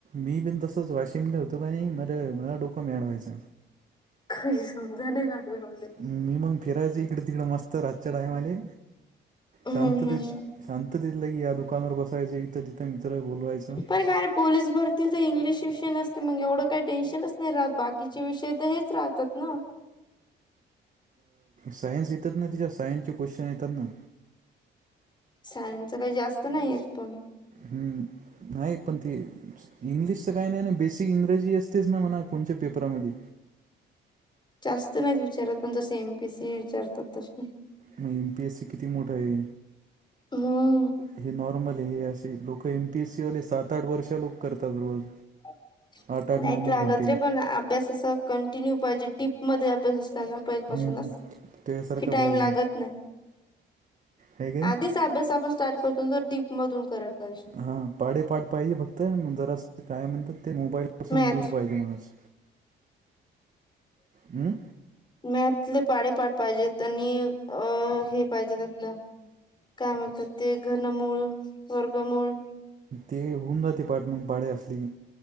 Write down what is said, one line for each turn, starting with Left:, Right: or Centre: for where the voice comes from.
Right: मी पण तसच वाशिमने होतो का नाही मला मला डोकं मिळवायच
Left: काही समजा नाही लागलं
Right: मी मग फिरायचं इकडं तिकडं मस्त रातच्या टायमले
Left: हम्म
Right: शांततेत
Left: हम्म
Right: शांत इथं तथलं की या दुकानावर बसायचं इथं तिथं मित्र बोलवायचं
Left: पण काय पोलीस भरतील तर इंग्लिश विषय नसते मग एवढं काही टेन्शनच नाही राहत बाकीचे विषय तर हेच राहतात ना
Right: सायन्स येतात ना तिच्या सायन्सचे क्वेश्चन येतात ना
Left: सायनच काही जास्त नाहीयेत पण
Right: हम्म नाही पण तेी इंग्लिश तर काही नाही ना बेसिक इंग्रजी असतेच ना म्हणा कोण्या पेपरामध्ये
Left: जास्त नाहीत विचारत पण जस एम पीसी विचारतात तस
Right: मग एम पी एस सी किती मोठा आहे
Left: हो
Right: हे नॉर्मल हे असे लोकं एमपी एस सीवाले सात आठ वर्ष लोक करतात रोज
Left: ह
Right: आठ आठ
Left: नाहीत
Right: नऊ नऊ
Left: लागत
Right: घंटे
Left: रे पण अभ्यास अस कंटिन्यू पाहिजे डीप मध्ये अभ्यास असताना पाून
Right: हम्म. त्यासारखं
Left: टाइम
Right: पाहिजे
Left: लागत नाही
Right: हे की नाही
Left: आधीच अभ्यास आपण स्टार्ट करतो तर डीप मधून कराल पाहिजे
Right: हा पाडे पाठ पाहिजे फक्त जरा काय म्हणतात ते मोबाईल सून
Left: मॅथ
Right: दूर पाहिजे माणज हम्
Left: मॅतले पाडे पाठ पाहिजेत आणि अ हे पाहिजेततलं काय म्हणतात ते घनमूळ वर्गमूळ
Right: ते हुंदर ते पाारठ म्हण पाडे असली